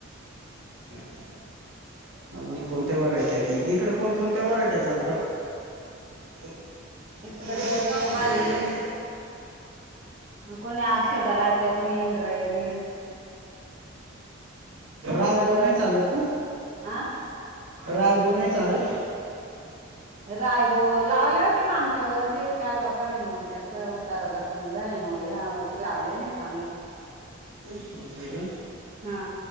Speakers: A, on the right; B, on the right.
A: <unintelligible> अजून कोणत्या व्हरायटी हाय ती इकड कोण कोणत्या व्हरायटया चालतात. <unintelligible>
B: इकडं गरी हाळी कोणी आक्षदा लावतय कोणी इंद्रायणी सुंदर
A: रायबो नाय चालत का?
B: आ
A: रायबो नाय चालत
B: रायबो लावले होते आगच्या वर्षी काय लोकांनी मंग त्यानं त उतारायला कमी झाल्यामुळं ह्या वर्षी लावले नाय सांगत
A: असं हाय का
B: हा